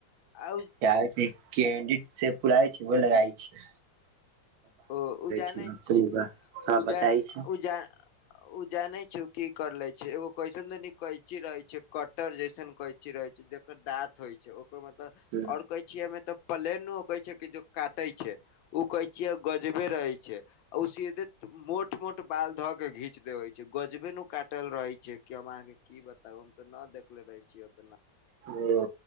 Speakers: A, on the left (about 75°); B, on the right (about 85°).
A: आ
B: प्यार से केंडिट सेम्पु आबै छैय ओ लगाई छैय।
A: ओ उजानै
B: छै
A: छी
B: हँ
A: उजा
B: बताइ
A: उजा ओ जानै छी ओ की करलै छैय एगो कैसन दुनी कैची रहै छैय, कटर जैसन कै ची रहै छैय जकर दाँत होइ छैय ओकर मतलब
B: छै
A: और कैंचिया मे तऽ प्लेन होकेे छैय कि जो काटै छैय उ कैंचिया गजबे रहै छैय। ओ सीधे मोट मोट बाल ध के घींच देबै छैय गजबे नू काटल रहै छैय कि हम अहाँके की बताबू हम तऽ न देखले रहे छीयै ओतना।
B: ओ